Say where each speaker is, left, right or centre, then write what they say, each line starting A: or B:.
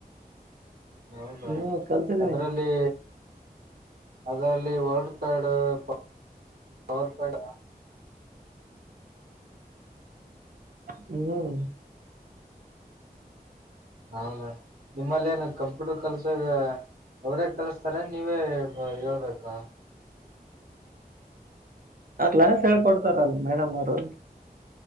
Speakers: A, on the right; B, on the right.
A: ಹೌದಾ
B: ಹ್ಮ್ ಕಲ್ತಿದ್ದೀನಿ
A: ಅದರಲ್ಲಿ ಅದರಲ್ಲಿ ವರ್ಡ್ ಪ್ಯಾಡ್ ಪವರ್ ಪ್ಯಾಡ್
B: ಹ್ಮ್
A: ಹೌದಾ ನಿಮ್ಮಲ್ಲಿ ಏನು ಕಂಪ್ಯೂಟರ್ ಕೆಲಸ ಅದ ಅವರೇ ಕಲಸ್ತಾರೆ ನೀವೇ ಹೇಳ್ಬೇಕಾ
B: ಕ್ಲಾಸ್ ಹೇಳ್ಕೊಡ್ತಾರಲ್ ಮೇಡಮ್ ಅವರು